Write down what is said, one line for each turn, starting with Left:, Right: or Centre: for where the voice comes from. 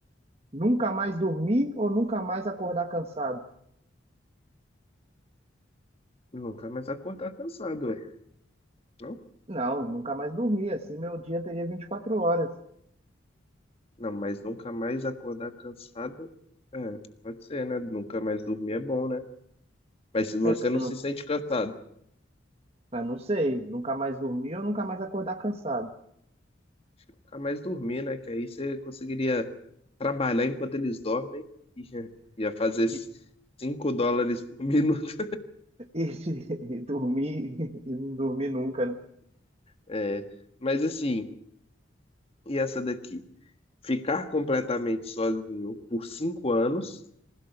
Right: Nunca mais dormir ou nunca mais acordar cansado?
Left: Nunca mais acordar cansado, é. Não?
Right: Não, nunca mais dormir, assim meu dia teria 24 horas.
Left: Não, mas nunca mais acordar cansado. É, pode ser, né? Nunca mais dormir é bom, né? Mas se você
Right: É, porque você
Left: não
Right: não
Left: se sente cansado,
Right: Ah, não sei, nunca mais dormir ou nunca mais acordar cansado.
Left: acho que nunca mais dormir, né? Que aí você conseguiria trabalhar enquanto eles dormem e <laughs> ia fazer
Right: E,
Left: cinco dólares por <laughs> minuto.
Right: <laughs> e- dormir, <laughs> e não dormir nunca, né?
Left: É, mas assim, e essa daqui? Ficar completamente sozinho por 5 anos